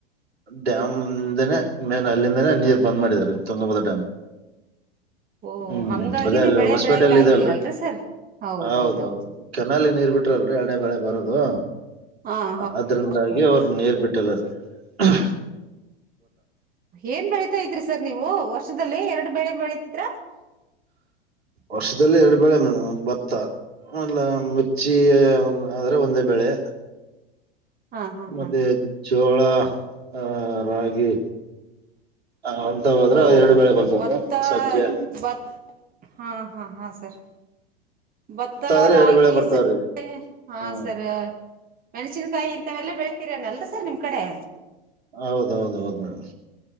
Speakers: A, on the right; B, on the right.
A: ಡ್ಯಾಮ್ಂದನೇ ಮೇನ್ ಅಲ್ಲಿಂದನೇ ನೀರ್ ಬಂದ್ ಮಾಡಿದ್ದಾರೆ ತುಂಗಭದ ಡ್ಯಾಮ್
B: ಓ
A: ಹ್ಮ್
B: ಹಂಗಾಗಿನೇ
A: ಅದೇ ಅಲ್ಲಿ
B: ಬೆಳೆ
A: ಹೊಸಪೇಟೆಯಲ್ಲಿ
B: ಬೆಳೆಕ ಆಗಿಲ್ಲ
A: ಇದೆ
B: ಅಲ್ರಿ ಸರ್ ಹೌದೌದೌದು
A: ಹೌದೌದು ಕೆನಾಲಿ ನೀರ್ ಬಿಿಟ್ಟು ಬಿಟಲ್ರಿ ಎಳೇ ಬೆಳೆ ಬರದು
B: ಹಾ ಹೌದು
A: ಅದ್ರಿಂದಾಗಿ
B: ಹೌದು
A: ಅವ್ರ
B: ಸರ್
A: ನೀರ್ ಬಿಟ್ಟಲ್ಲ ಹ
B: ಏನ್ ಬೆಳೀತಾ ಇದ್ರಿ ಸರ್ ನೀವು ವರ್ಷದಲ್ಲಿ ಎರಡು ಬೆಳೆ ಬೆಳತ
A: ವರ್ಷದಲ್ಲಿ ಎರಡು ಬೇಳೆ ಮೇಡಮ ಭತ್ತ ಮಲ್ಲ ಮಿರ್ಚಿ ಆದ್ರೆ ಒಂದೇ ಬೆಳೆ
B: ಹಾ ಹಾ
A: ಮತ್ತೆ
B: ಹಾ
A: ಜೋಳ ಆಹ ರಾಗಿ ಹ ಅಂತ ಹೋದ್ರೆ
B: ಓ
A: ಎರಡು ವೇಳೆ ಬರ್ತದ್ರ
B: ಭತ್ತ
A: ಸಂಜೆ
B: ಭತ್ ಹಾ ಹಾ ಹಾ ಸರ್ ಭತ್ತ
A: ಆದ್ರೆ
B: ರಾಗಿ
A: ಎರಡು ಬೆಳೆ ಬರ್ತವ್ರಿ
B: ಸ ಹಾ
A: ಹ
B: ಸರಿ ಮೆಣಸನ್ಕಾಯಿ ವೆಲ್ಲ ಬೆಳಳ್ತೀರನಲ್ಲ ಸರ್ ನಿಮ್ ಕಡೆ
A: ಹೌದೌದ ಹೌದ ಮೇಡಮ್